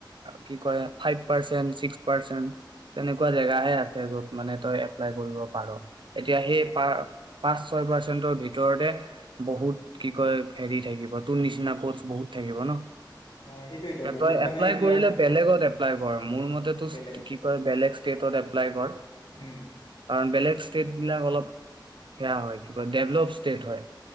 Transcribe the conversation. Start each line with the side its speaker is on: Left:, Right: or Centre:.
Right: কি কয় ফাইভ পাৰ্চেন চিক্স পাৰ্চেন তেনেকুৱা জেগাহে আছে য'ত মানে তই এপ্লাই কৰিব পাৰ। এতিয়া সেই পা- পাৰ্চেন্টৰ ভিতৰতে বহুত কি কয় হেৰি থাকিব তোৰ নিচিনা পস্ট বহুত থাকিব ন
Left: নাই সেইটোৱেতো বহুত
Right: তই
Left: মানে
Right: এপ্লাই
Left: এতিয়া
Right: কৰিলে বেলেগত এ প্লাই অ- মোৰ মতেতো
Left: বেলেগ
Right: কি কয় বেলেগ ষ্টেটত এপ্লাই কৰ।
Left: উম
Right: কাৰণ বেলেগ ষ্টেট বিলাক অলপ সেয়া হয় কিবা ডেভল ষ্টেট হয়